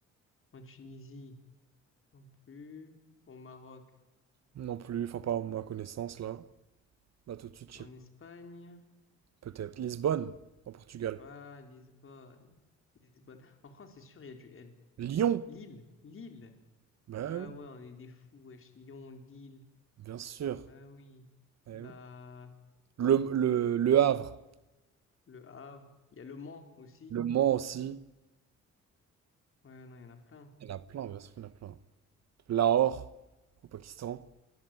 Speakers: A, on the left; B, on the right.
A: En Tunisie, non plus. Au Maroc,
B: non plus, enfin pas à ma connaissance là. Là tout de suite, je
A: en
B: sais pas.
A: Espagne.
B: peut-être. Lisbonne, en Portugal.
A: Ah, Lisbonne. Lisbonne. En France, c'est sûr, il y a du L.
B: Lyon.
A: Lille, Lille.
B: Bah
A: Ah
B: oui,
A: ouais, on est des fous, wesh. Lyon, Lille.
B: bien sûr.
A: Bah oui.
B: Eh
A: La...
B: oui. Le, le, le Havre.
A: Le Havre. Il y a Le Mans aussi.
B: Le Mans aussi.
A: Ouais, non, il y en a plein.
B: Il y en a plein, bien sûr qu'il y en a plein. Lahore, au Pakistan.